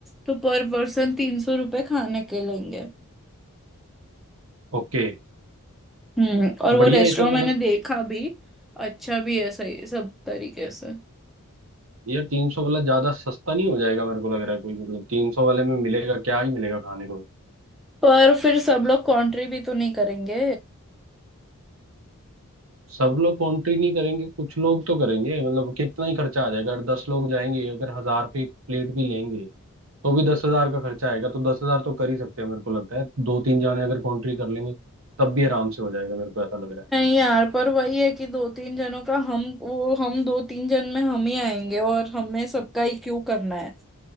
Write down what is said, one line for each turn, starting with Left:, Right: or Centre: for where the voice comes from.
Centre: तो पर पर्सन तीन सौ रुपये खाने के लेंगे
Right: ओके
Centre: हम्म और वो
Right: बढ़िया
Centre: रेस्टोरेंट
Right: ये तो मतलब
Centre: मैंने देखा भी अच्छा भी है सही सब तरीके से
Right: यार तीन सौ वाला ज्यादा सस्ता नहीं हो जाएगा मेरे को लग रहा है कोई मतलब तीन सौ वाले में मिलेगा क्या ही मिलेगा खाने को
Centre: पर फिर सब लोग कंट्री भी तो नहीं करेंगे
Right: सब लोग कॉन्ट्री नहीं करेंगे कुछ लोग तो करेंगे मतलब कितना ही खर्चा आ जाएगा अगर दस लोग जाएंगे अगर हजार पे प्लेट भी लेंगे तो भी दस हजार का खर्चा आएगा तो दस हजार तो कर ही सकते हैं मेरे को लगता है दो तीन जाने अगर कॉन्ट्री कर लेंगे तब भी आराम से हो जाएगा मेरे को ऐसा लग रहा है
Centre: नहीं यार पर वही है कि दो तीन जनों का हम वो हम दो तीन जन में हम ही आएंगे और हमें सबका ही क्यों करना है